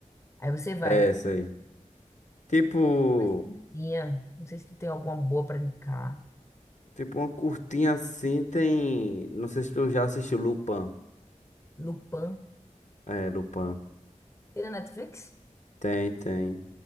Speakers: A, on the left (about 20°); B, on the left (about 65°).
A: Aí você vai.
B: É essa aí. Tipo,
A: Mais curtinha. Não sei se tu tem alguma boa pra indicar.
B: tipo uma curtinha assim tem, não sei se tu já assistiu Lupin.
A: Lupin.
B: É, Lupin.
A: Tem na Netflix?
B: Tem, tem.